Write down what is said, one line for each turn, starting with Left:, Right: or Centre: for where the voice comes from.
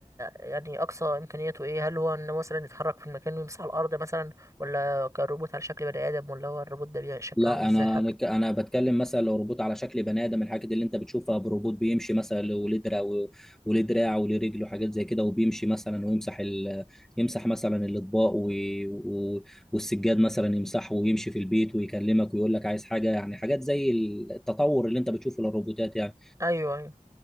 Right: يعني اقصى امكانياته ايه هل هو انه مثلا يتحرك في المكان ويمسح الارض مثلا ولا كروبوت على شكل بني ادم ولا هو الروبوت ده بيبقى شكله
Centre: لا
Right: عامل ازاي
Centre: انا
Right: حتى
Centre: انا ك- أنا بتكلم مثلا لو روبوت على شكل بني ادم الحاجات اللي انت بتشوفها بروبوت بيمشي مثلا وليه دراع و- وليه دراع وليه رجل وحاجات زي كده وبيمشي مثلا ويمسح ال... يمسح مثلا الاطباق و... و... والسجاد مثلا يمسحه ويمشي في البيت ويكلمك ويقول لك عايز حاجه يعني حاجات زي التطور اللي انت بتشوفه للروبوتات يعني
Right: ايوه ايوه